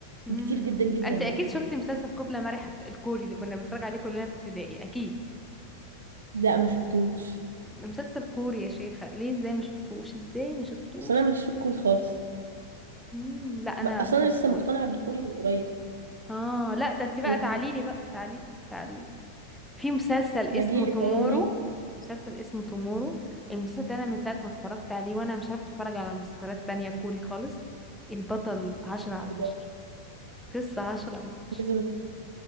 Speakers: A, in the centre; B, on the right.
A: امم
B: كتير جدا جدا
A: انت
B: يعني
A: اكيد شفتي مسلسل كوبلا مرح بت- الكوري اللي كنا بنتفرج عليه كلنا في ابتدائي اكيد
B: لا ما شفتوش
A: مسلسل كوري يا شيخة ليه ازاي ما شفتوش ازاي ما شفتوش
B: اصل انا ماليش في الكوري خالص
A: امم لا انا
B: ما- اصل
A: بحب
B: انا لسه
A: الكوري
B: مقتنعه بالكوري من قريب
A: اه لا ده انت بقى
B: لا،
A: تعاليلي بقى تعالي تعاليلي في مسلسل اسمه
B: هجيلك
A: تومورو
B: اهو قولي
A: مسلسل اسمه تومورو المسلسل ده انا من ساعة ما اتفرجت عليه وانا مش عارفة اتفرج على مسلسلات تانية كوري خالص البطل عشرة على
B: لي
A: عشرة قصة عشرة من عشرة
B: لازم اشوف